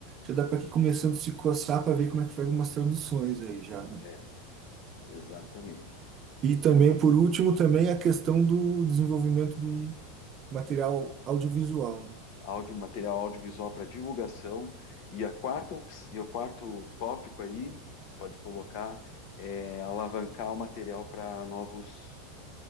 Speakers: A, on the right; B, on the left.
A: já dá para ir começando a se coçar para ver como é que faz umas traduções aí já, né?
B: É, exatamente.
A: E
B: Então,
A: também, por último, também a questão do desenvolvimento de um material audiovisual, né?
B: áudio, material audiovisual para divulgação. E a quarta, ops- e o quarto tópico aí, que você pode colocar, é alavancar o material para novos